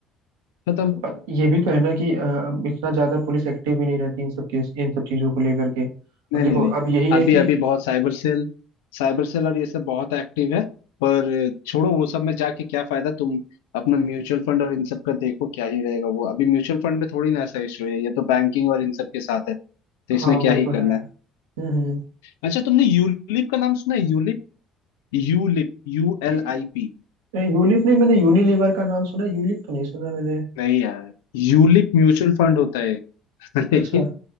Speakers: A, on the left; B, on the right.
A: खत्म
B: पर ये भी तो है ना कि अ, इतना ज्यादा पुलिस एक्टिव भी नहीं रहती इन सब केस इन सब चीजों को लेकर के
A: नहीं
B: अब देखो
A: नहीं नहीं
B: अब यही है
A: अभी
B: कि
A: अभी बहुत साइबर सेल साइबर सेल और ये सब बहुत एक्टिव है पर छोड़ो वो सब में जाके क्या फायदा तुम अपना म्यूचुअल फंड और इन सब का देखो क्या ही रहेगा वो अभी म्यूचुअल फंड में थोड़ी ना ऐसा इशू है ये तो बैंकिंग और इन सब के साथ है तो इसमें
B: हाँ
A: क्या
B: वो
A: ही
B: तो
A: करना
B: है
A: है
B: हम्म हम्म
A: अच्छा तुमने यूलिप का नाम सुना है ULIP ULIP U
B: ये-
A: L I P
B: यूलिप नहीं मैंने यूनिलीवर का नाम सुना है, यूलिप तो नहीं सुना मैंने
A: नहीं यार यूलिप म्यूचुअल फंड होता है <laughs>
B: अच्छा
A: लेकिन